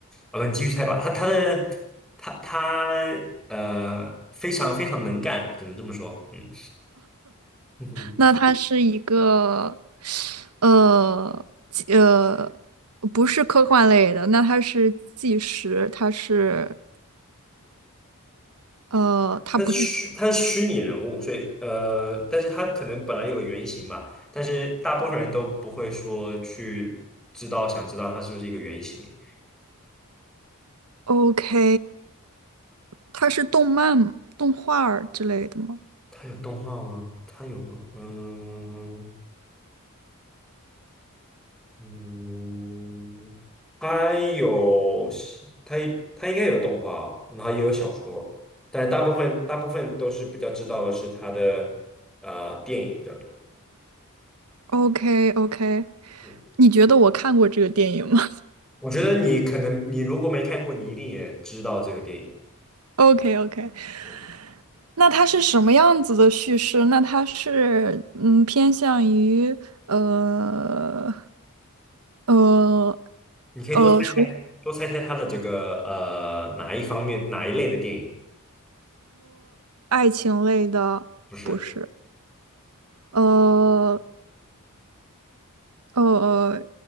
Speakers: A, in the centre; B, on the right.
A: 我不，你继续猜吧。他他的他他呃，非常非常能干，只能这么说。嗯，<laughs>
B: 那他是一个呃纪呃不是科幻类的，那他是纪实，他是呃他不是
A: 他是虚他是虚拟人物，所以呃，但是他可能本来有个原型嘛，但是大部分人都不会说去知道想知道他是不是一个原型。
B: OK，他是动漫动画儿之类的吗？
A: 他有动画吗？他有吗？嗯，嗯，它有它它应该有动画，然后也有小说，但大部分大部分都是比较知道的是它的呃电影比较多。
B: OK OK，
A: 嗯，
B: 你觉得我看过这个电影吗
A: 我觉得你可能你如果没看过，你一定也知道这个电影。
B: ？OK OK，
A: 对，
B: <laughs> 那它是什么样子的叙事？那它是嗯偏向于呃呃
A: 你可以多猜猜多猜猜它的这个呃哪一方面哪一类的电影？
B: 呃属于爱情类的，
A: 不是
B: 不是？呃呃